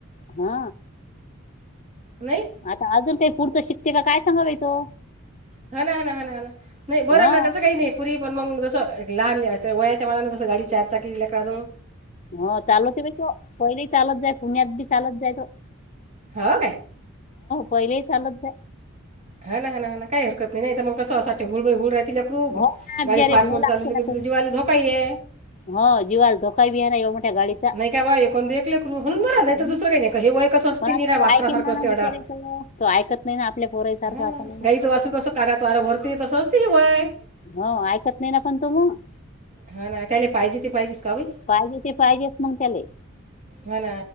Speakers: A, on the left; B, on the right.
A: हा
B: नाही
A: आता अजून काही पुढतं शिकते का काय सांगावे तो
B: हा ना हा हाणा हाणा नाही बरं
A: हां.
B: ना त्याच काही नाही कुरी पण मग जस लहान ल वयाच्या मनां जसं गाडी चारचाकीली ललेकराजवळ
A: हो चालवतते त पहिली चालत जाय पुण्यात बी चालत जाय त
B: होा काय
A: पहिले चालत जा
B: हा ना हा ना हा काही हरकत नाही तर मग कसंसाठी हुळबई हुळ रा तिला क्रूप
A: हो ना
B: गाडी
A: बिचारे
B: फास्ट
A: भ्याव
B: म
A: लागते
B: चालवली
A: ना
B: करी
A: तरी.
B: जीवाला धोका आहे
A: हो जीवाला धोका बी आहे ना एवढ्या मोठ्या गाडीचा.
B: नाही का बाबा हे कोण दे एकले क्रू म्हणून बर
A: हं.
B: नाही तर दुसरंही नाही का हेवाईकच असते
A: पण आता
B: निरा
A: तो
B: वास्तनाारखं
A: ऐके ना
B: असते
A: ना
B: अडाळ
A: बिचारे तो. तो ऐकत नाही ना आपल्या पोरासारखा
B: हा
A: असा नाही ना.
B: गाईचं वासू कस कार्यात वारा भरते तसं असते वय
A: हो ऐकत नाही ना पण तो मग
B: हा ना त्याला पाहिजे ते पाहिजेच कावई
A: पाहिजे ते पाहिजेच मग त्याले.
B: हा ना